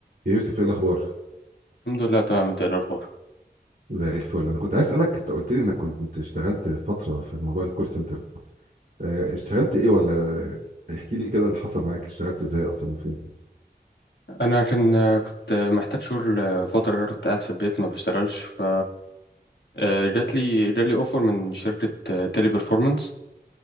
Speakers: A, on the right (about 70°); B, on the left (about 85°).
A: يا يوسف ايه الاخبار
B: الحمد لله تمام انت ايه الاخبار
A: زي الفل انا كنت عايز اسالك انت قلت لي انك كنت اشتغلت فتره في موضوع الكول سنتر اه، اشتغلت ايه ولا احكي لي كده اللي حصل معاك اشتغلت ازاي اصلا وفين
B: انا كان كنت محتاج شغل فتره كده، كنت قاعد في البيت ما بشتغلش ف آه، جات لي جات لي اوفر من شركه آه، تيلي بيرفورمانس